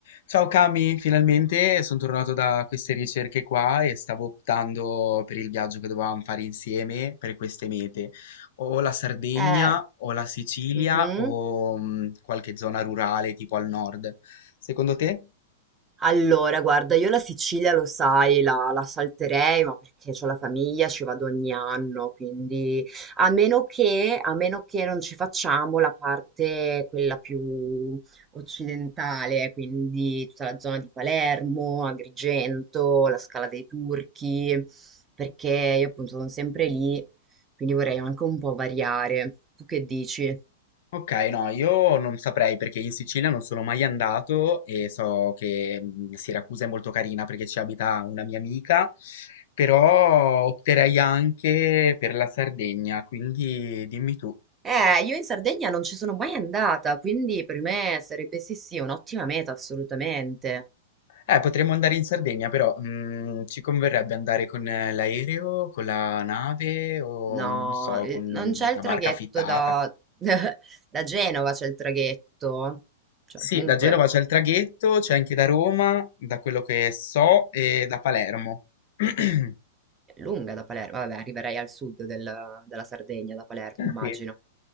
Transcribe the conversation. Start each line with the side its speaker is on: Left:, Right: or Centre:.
Left: Ciao Cami, finalmente sono tornato da queste ricerche qua e stavo optando per il viaggio che dovevamo fare insieme per queste mete. O la Sardegna,
Right: Eh,
Left: o la Sicilia,
Right: mhm.
Left: o mm, qualche zona rurale tipo al nord. Secondo te?
Right: Allora, guarda, io la Sicilia lo sai, la, la salterei, ma perché c'ho la famiglia, ci vado ogni anno, quindi a meno che, a meno che non ci facciamo la parte quella più occidentale, quindi tutta la zona di Palermo, Agrigento, la Scala dei Turchi, perché io appunto sono sempre lì, quindi vorrei anche un po' variare. Tu che dici?
Left: Ok, no, io non saprei perché in Sicilia non sono mai andato e so che mm, Siracusa è molto carina perché ci abita una mia amica, però opterei anche per la Sardegna, quindi dimmi tu.
Right: Eh, io in Sardegna non ci sono mai andata, quindi per me sarebbe sì sì un'ottima meta assolutamente.
Left: Eh, potremmo andare in Sardegna, però mm, ci converrebbe andare con eh, l'aereo, con la nave o
Right: No,
Left: non so,
Right: eh,
Left: con
Right: non c'è
Left: una
Right: il traghetto
Left: barca affittata.
Right: da, <laughs> da Genova, c'è il traghetto. Cioè,
Left: Sì,
Right: comunque
Left: da Genova c'è il traghetto, c'è anche da Roma, da quello che so, e da Palermo. <clears throat>
Right: è lunga da Palermo. Vabbè, arriverai al sud del- della Sardegna, da Palermo, immagino.
Left: Sì,